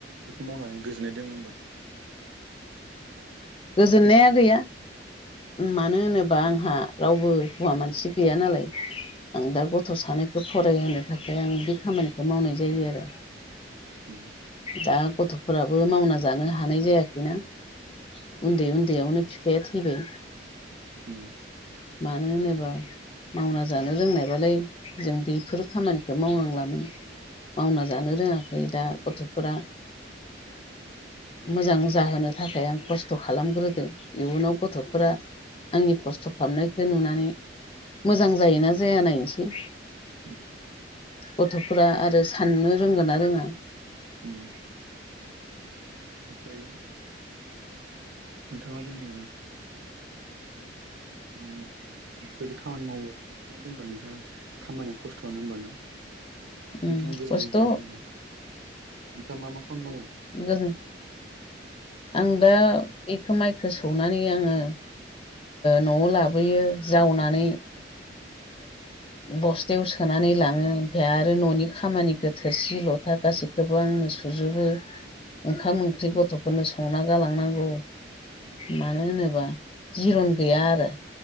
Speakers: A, on the right; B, on the left.
A: बेफोरखौ मावनानै गोजोननाय दङ होमबा।
B: गोजोननाया
A: गोजोन
B: गैया मानो होनोबा आंहा। रावबो हौवा मानसि गैया नालाय। आं दा गथ' सानैखौ फरायहोनो थाखाय आं बे खामानिखौ मावनाय जायो आरो।
A: उम
B: दा गथ'फोराबो मावना जानो हानाय जायाखैना। उन्दै उन्दैआवनो फिफाया थैबाय
A: उम।
B: मानो होनोबा मावना जानो रोंनायबालाय जों बेफोर खामानिखौ मावनांलामोन मावना जानो रोङाखै दा गथ'फोरा मोजां जाहोनो थाखाय आं खस्थ' खालामग्रो इयुनाव गथ'फोरा आंनि खस्थ' खालामनायखौ नुनानै मोजां जायोना। जाया नायनोसै
A: उम
B: गथ'फोरा आरो साननो रोंगोन ना रोङा।
A: उम ओमफ्राय। नोंथांङा जेनेबा। बेफोरबायदि खामानि मावो नोंथाङा जेनेबा नोंथाङा खामानिया खस्थ'आनो होमबा ना?
B: उम
A: नोंथांङा गोजोननाय
B: खस्थ'
A: गैया होनदोंना नोंथाङा मा मा खामानि मावो।
B: गोदो आं दा बेखौ माइखौ सौनानै आंङो। न'आव लाबोयो जावनानै बस्थायाव सोनानै लांङो। ओमफ्राय आरो न'नि खामानिखौ थोरसि लथा गासैखौबो आंनो सुजोबो। ओंखाम ओंख्रि गथ'फोरनो संना गालांनांगौ मानो होनोब्ला। जिरन गैया आरो